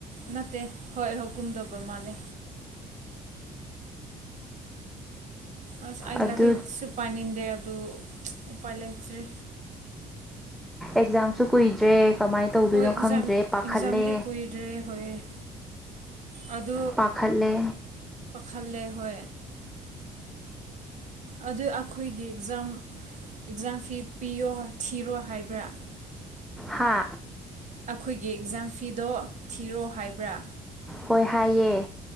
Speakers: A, on the right; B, in the centre.
A: ꯅꯇ ꯍꯣꯏ ꯍꯨꯀꯨꯨꯝꯗꯕꯃꯂꯦ ꯑꯁ ꯑꯩ
B: ꯑꯗꯨ
A: ꯂꯩꯔꯤꯁꯨ ꯄꯥꯏꯅꯤꯡꯗꯦ ꯑꯗꯨ ꯎꯄꯥꯏ ꯂꯩꯇ꯭ꯔꯤ
B: ꯑꯦꯛꯖꯥꯝꯁꯨ ꯀꯨꯏꯗ꯭ꯔꯦ ꯀꯃꯥꯏꯅ ꯇꯧꯗꯣꯏꯅꯣ
A: ꯍꯣꯏ ꯑꯦꯛꯖꯥꯝ
B: ꯈꯪꯗ꯭ꯔꯦ ꯄꯥꯈꯠꯂꯦ
A: ꯑꯦꯛꯖꯥꯝꯗꯤ ꯀꯨꯏꯗ꯭ꯔꯦ ꯍꯣꯏ ꯑꯗꯨ
B: ꯄꯈꯠꯂꯦ
A: ꯈꯜꯦ ꯍ ꯑꯗꯨ ꯑꯩꯈꯣꯏꯒꯤ ꯑꯦꯛꯖꯥꯝ ꯑꯦꯛꯖꯥꯝ ꯐꯤ ꯄꯤꯌꯣ ꯊꯤꯔꯣ ꯍꯥꯏꯕ꯭ꯔꯥ
B: ꯍꯥ
A: ꯑꯩꯈꯣꯏꯒꯤ ꯑꯦꯛꯖꯥꯝ ꯐꯤꯗꯣ ꯊꯤꯔꯣ ꯍꯥꯏꯕ꯭ꯔꯥ
B: ꯑꯣꯏꯍꯌꯦꯌꯦ